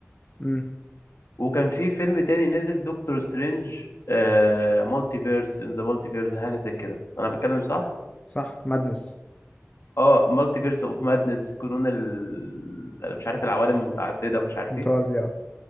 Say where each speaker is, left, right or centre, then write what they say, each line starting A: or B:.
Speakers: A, on the left; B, on the left.
A: امم
B: وكان في فيلم تاني نزل دكتور سترينج مالتي فيرس ان ذا مالتي فيرس حاجه زي كده انا بتكلم صح
A: صح مادنس
B: اه مالتي فيرس اوف مادنس قانون ال... أنا مش عارف العوالم المتعدده مش عارف
A: متوازية
B: ايه